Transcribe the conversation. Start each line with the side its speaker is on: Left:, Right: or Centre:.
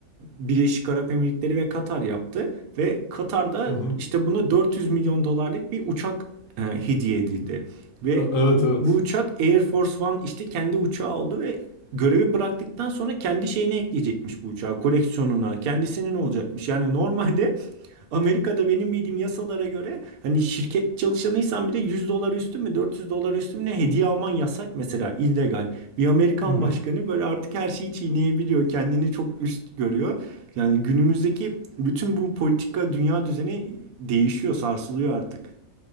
Right: Birleşik Arap Emirlikleri ve Katar yaptı. Ve Katar'da
Left: Hı hı.
Right: işte buna 400 milyon dolarlık bir uçak e, hediye edildi. Ve
Left: E- Evet
Right: bu,
Left: evet.
Right: bu uçak Air Force One işte kendi uçağı oldu ve görevi bıraktıktan sonra kendi şeyine ekleyecekmiş bu uçağı koleksiyonuna kendisinin olacakmış. Yani normalde <laughs> Amerika'da benim bildiğim yasalara göre hani şirket çalışanıysan bile 100 dolar üstü mü 400 dolar üstü mü ne hediye alman yasak mesela illegal. Bir Amerikan
Left: Hı hı.
Right: başkanı böyle artık her şeyi çiğneyebiliyor kendini çok üst görüyor. Yani günümüzdeki bütün bu politika dünya düzeni değişiyor sarsılıyor artık.